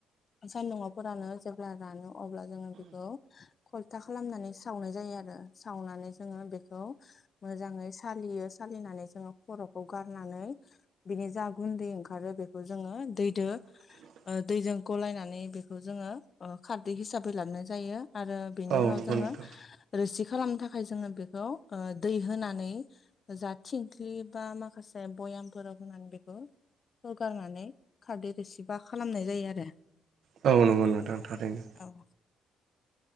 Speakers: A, on the left (about 40°); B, on the right (about 65°).
A: सान्दुंआव फोरानो जेब्ला रानो अब्ला जोङो बेखौ खलथा खालामनानै सावनाय जायो आरो सावनानै जोङो बेखौ मोजाङै सालियो सालिनानै जोङो खरखौ गारनानै बिनि जा गुन्दै ओंखारो बेखौ जोङो दैदो
B: <inaudible>
A: ओ दैजों गलायनानै बेखौ जोङो खारदै हिसाबै लानाय जायो आरो बेनि
B: औ
A: उनाव
B: नंगौ
A: जोङो
B: नोंथां
A: रोसि खालामनो थाखाय जोङो बेखौ ओ दै होनानै जा थिंख्लि बा माखासे बयामफोराव होनानै बेखौ होगारनानै खारदै रोसिबा खालामनाय जायो आरो
B: औ नंगौ नोंथां थारैनो
A: औ